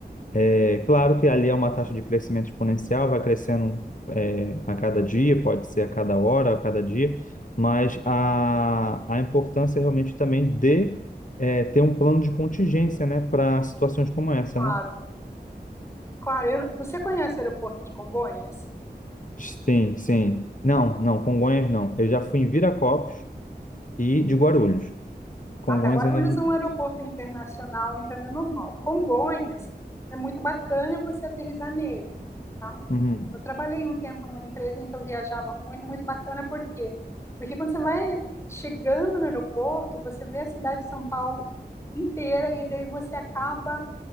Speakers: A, on the left (about 50°); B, on the left (about 15°).
A: É claro que ali é uma taxa de crescimento exponencial, vai crescendo é, a cada dia, pode ser a cada hora, a cada dia, mas a, a importância realmente também de é, ter um plano de contingência, né, para situações como essa,
B: Claro.
A: né?
B: Claro, eu- você conhece o aeroporto de Congonhas?
A: Sim, sim. Não, não, Congonhas não. Eu já fui em Viracopos e de Guarulhos. Congonhas
B: Ah, tá. Guarulhos
A: ainda não.
B: é um aeroporto internacional, então ele é normal. Congonhas é muito bacana você aterrissar nele, tá?
A: Uhum,
B: Eu trabalhei um tempo numa empresa em que eu viajava muito, muito bacana, por quê? Porque quando você vai chegando no aeroporto, você vê a cidade de São Paulo inteira e daí você acaba,